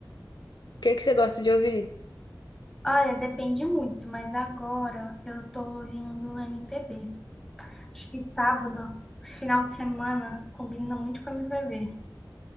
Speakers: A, on the left; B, in the centre.
A: O que que você gosta de ouvir?
B: Olha, depende muito, mas agora eu tô ouvindo MPB. Acho que sábado, esse final de semana, combina muito com MPB.